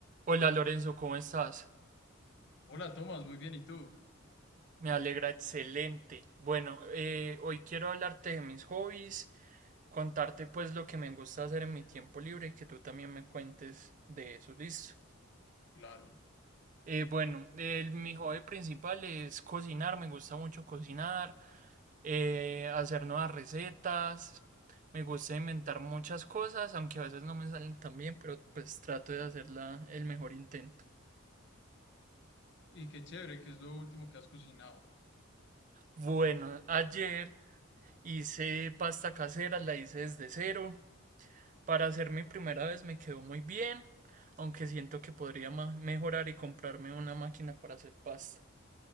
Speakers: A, on the right; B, on the left.
A: Hola Lorenzo, ¿cómo estás?
B: Hola Tomás, muy bien, ¿y tú?
A: Me alegra, excelente. Bueno, eh, hoy quiero hablarte de mis hobbies, contarte pues lo que me gusta hacer en mi tiempo libre y que tú también me cuentes de eso, listo.
B: Claro.
A: Eh, bueno, el- mi hobby principal es cocinar, me gusta mucho cocinar, eh, hacer nuevas recetas, me gusta inventar muchas cosas, aunque a veces no me salen tan bien, pero pues trato de hacerla el mejor intento.
B: Y qué chévere, que es lo último que has cocinado.
A: Bueno, ayer... Hice pasta casera, la hice desde cero. Para hacer mi primera vez me quedó muy bien, aunque siento que podría ma- mejorar y comprarme una máquina para hacer pasta.